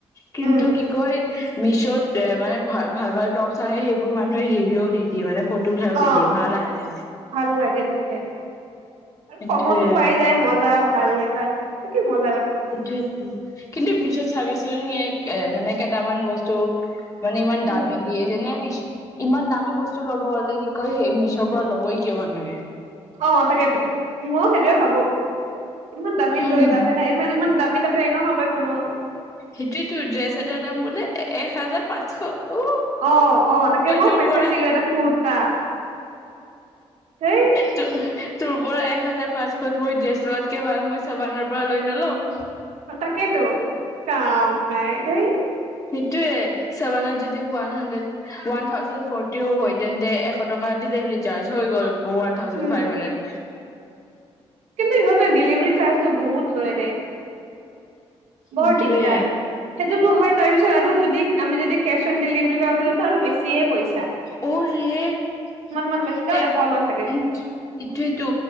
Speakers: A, on the left (about 30°); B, on the right (about 85°).
A: কিন্তু
B: উম,
A: কি কয় মিছত এ মানে ভ ভাল ভাল টপছ আহে সেইবোৰ মানুহে ৰিভিউ দি দিয়ে মানে উঠাইও
B: অ
A: দি দিয়ে ভাল আহিলে
B: ভাল লাগে তেছে আৰু
A: সেইটোয়ে
B: কমতো
A: আৰু
B: পাই যায় মজা ভাল নটা ত কি মন
A: এইটোয়েইটোো কিন্তু পিছত চাবিচোন এ মানে কেইটামান বস্তু মানে ইমান
B: উম,
A: দামী দিয়ে যেনে আমি ইমান দামী বস্তু ল'ব হলে কি কয় মিছৰ পৰা ল'বই কিয় মানুহে
B: অ তাকেতো ময় সেইটয়ে ভাবো ইমান দামী
A: উম
B: লৈ লাভে নে ইমান ইমান দামী তাতে এনেও নলয় কোনো
A: সেইটোয়েতো ড্ৰেছ এটাৰ দাম বোলে এক হাজাৰ পাঁচশ উ
B: অ অ তাকে মই
A: তোৰ
B: ভাই
A: পৰা
B: চাইছিলো এটা কুৰ্তা দেই
A: তোৰ তোৰ পৰা এক হাজাৰ পাঁচশত মই ড্ৰেছ লোৱাতকে ভাল মই চাবানৰ পৰা লৈ নলম
B: তাকেইেতো কাম নাই ধেই
A: সেইটোয়ে চছেভেনত যদি ওৱান হাড্ৰেড ওৱান থাউজেনড ফৰ্টিও হয় তেন্তে এশ টকা ডেলিভাৰী চাৰ্জ হৈ গ'ল ওৱান থাউজণ্ড
B: উম,
A: ফাইভ হাণ্ড্ৰেড
B: কিন্তু ইহঁতে ডেলিভাৰী চাৰ্জটো বহুত লয় ৰে
A: সেইটোয়ে
B: বৰ দিগদাৰ সেইটোতো হয়, তাৰ পিছত আৰু যদি আমি যদি কেচ অন ডেলিভাৰী লওঁ তেতিয়ো আৰু বেছিয়ে পৰিছে।
A: অ' ৰে এ
B: মান লয় তেতিয়াও এশ লয় চাগে
A: সেইট সেইটোৱেটো